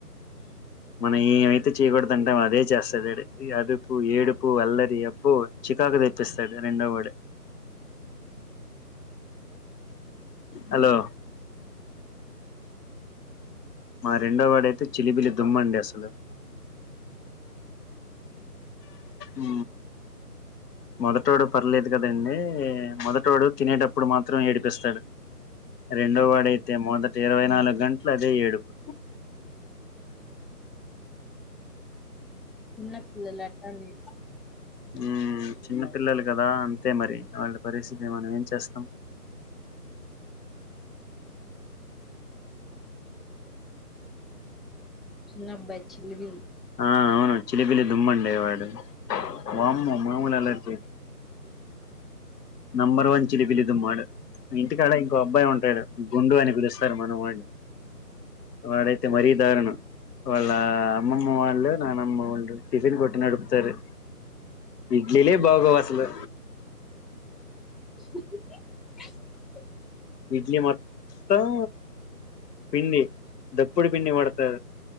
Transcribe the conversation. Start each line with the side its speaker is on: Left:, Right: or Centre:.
Left: మనం ఏవైతే చేయకూడదంటమో అదే చేస్తడు ఈడు ఇగ అదుపు ఏడుపు అల్లరి అబ్బో చికాక్ తెప్పిసడు రెండొ వడె హలో మా రెండొ వాడైతే చిలిబిలి దుమ్ అండి అసలు ఆ మొదటోడు పర్లేద్ కదండి మొదటోడు తినేటప్పుడు మాత్రం ఏడిపిస్తడు రెండొ వాడయ్తె మొదటి ఇరవై నాలుగు
Centre: ఉమ్
Left: గంటలు అదే ఏడుపు
Centre: చిన్నపిల్లలు అట్టనే
Left: ఊ చిన్న పిల్లలు గదా అంతే మరి ఆళ్ళ పరిస్థితి మనం ఏం చేస్తం
Centre: ఉ చిన్నబాయ్ చిలిబిలి
Left: ఆ ఔను చిలిబిలి దుమ్మండి వాడు వామ్మో మాముల్ అల్లరి చెయ్డ్ నంబర్ వన్ చిలిబిల్ దుమ్ ఆడు ఇంటికాడ ఇంకో అబ్బాయి ఉంటడు గుండు అని పిలుస్తరు మన వాన్ని వాడైతే మరీ దారునం వాళ్ళ అమ్మమ్మ వాళ్ళు నానమ్మ వాళ్ళు టిఫిన్ కొట్ నడుపుతారు ఇడ్లీలే బాగొవ్ అసలు
Centre: <inaudible>
Left: ఇడ్లీ మొత్తం పిండి దప్పుడి పిండి వాడతరు